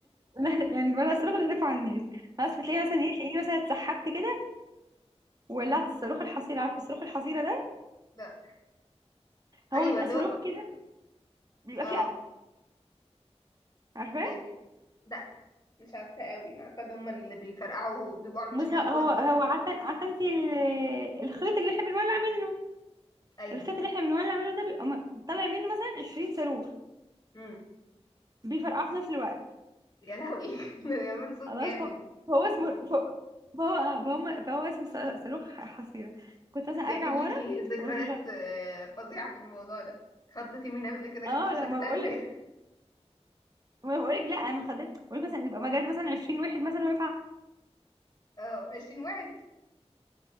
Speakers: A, on the right; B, on the left.
A: نحذف- يعني بنفرقع الصاروخ ونحذفها على الناس بس بتلاقي مثلا ايه تلاقيني مثلا اتسحبت كده وولعت
B: <laughs>
A: الصاروخ الحصيره عارفه الصاروخ الحصيره ده
B: لا
A: هو
B: ايوه
A: بيبقى
B: اللي
A: صاروخ
B: هو
A: كده بيبقى
B: اه
A: فيه عارفاه
B: بي- بي- لا مش عارفه قوي ما عارفه اللي هم اللي بيفرقعوا بيبقوا عاملين
A: بس
B: شبه
A: هو
B: الكوره
A: هو
B: كده
A: هو عارفه عارفه انت ال- الخيط اللي احنا بنولع منه
B: ايوه
A: الخيط اللي احنا بنولع منه ده بيبقى م- طالع منه مثلا 20 صاروخ
B: امم
A: بيفرقعوا في نفس الوقت
B: يا لهوي <laughs> بيعمل صوت
A: خلاص
B: جامد
A: هو هو اسمه فهو فهو آه، فهم- فهو اسمه ص- صاروخ ح- حصيرة كنت مثلا
B: انت
A: ارجع
B: اكيد ليكي
A: ورا
B: ذكريات
A: واروح مش
B: آه، فظيعه في الموضوع ده خضتي مين قبل كده جبت
A: اه
B: له سكتان
A: لما بقول لك
B: <laughs> بيه
A: ما بقول لك لا انا ما خدت بقول لك مثلا يبقى مجال مثلا 20 واحد مثلا واقف ع-
B: اه 20 واحد